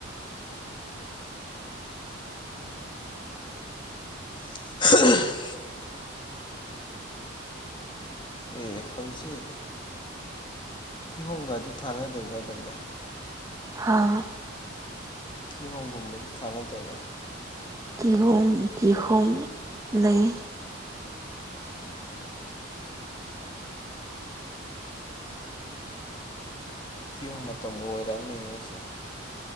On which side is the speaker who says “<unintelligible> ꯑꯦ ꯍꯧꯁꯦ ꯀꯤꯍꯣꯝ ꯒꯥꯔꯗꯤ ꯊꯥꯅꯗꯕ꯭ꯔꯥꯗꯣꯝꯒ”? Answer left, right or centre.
Left